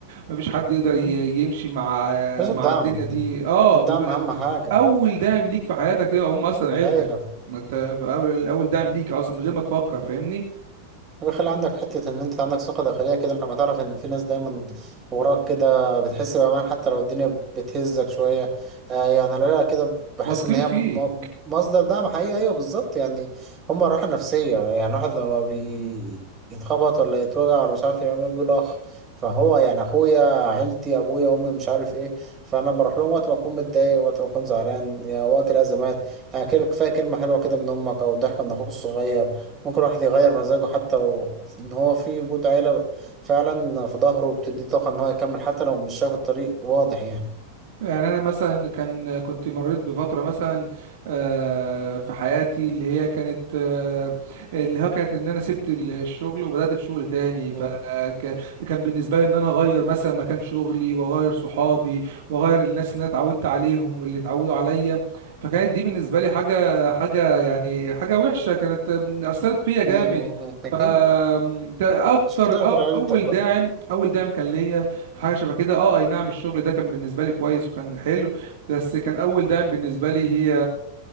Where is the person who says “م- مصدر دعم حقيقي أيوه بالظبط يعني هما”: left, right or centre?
Right